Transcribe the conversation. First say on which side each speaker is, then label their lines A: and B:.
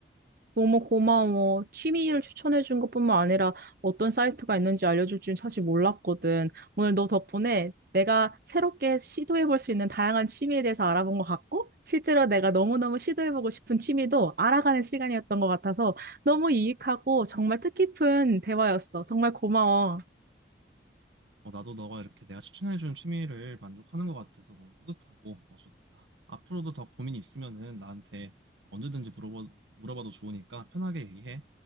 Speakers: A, on the right; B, on the right.
A: 너무 고마워. 취미를 추천해준 것뿐만 아니라 어떤 사이트가 있는지 알려줄 줄 사실 몰랐거든. 오늘 너 덕분에 내가 새롭게 시도해볼 수 있는 다양한 취미에 대해서 알아본 것 같고, 실제로 내가 너무너무 시도해보고 싶은 취미도 알아가는 시간이었던 것 같아서 너무 유익하고 정말 뜻깊은 대화였어. 정말 고마워.
B: 어, 나도 너가 이렇게 내가 추천해주는 취미를 만족하는 것 같아서 너무 뿌듯하고 어, 좋다. 앞으로도 더 고민이 있으면은 나한테 언제든지 물어봐, 물어봐도 좋으니까 편하게 얘기해.